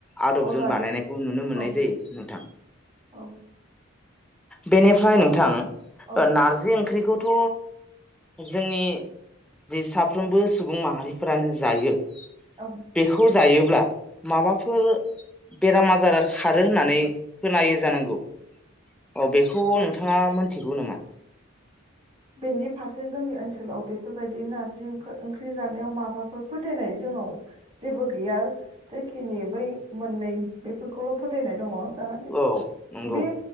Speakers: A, in the centre; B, on the right.
A: आदबजों
B: अरगारो
A: बानायनायखौ नुनो मोननाय
B: औ
A: जायो नोंथां।
B: औ
A: बेनिफ्राय नोंथां
B: औ
A: ओ नारजि ओंख्रिखौ। थ' जोंनि। जि साफ्रोमबो सुबुं माहारिफोरानो जायो।
B: औ
A: बेखौ। जायोब्ला माबाफोर। बेराम आजार खारो होननानै खोनायो जानांगौ अ बेखौ नोंथाङा मोनथिगौ नामा?
B: बेनि फारसे जोंनि ओनसोलाव बेफोरबायदि नार्जि ओंखो ओंख्रि जानायाव माबाफोर फोथायनाय जोंनाव जेबो गैया जेखिनि बै मोननै बेफोरखौल' फोथायनाय दङ। ओह
A: औ नंगौ।
B: बे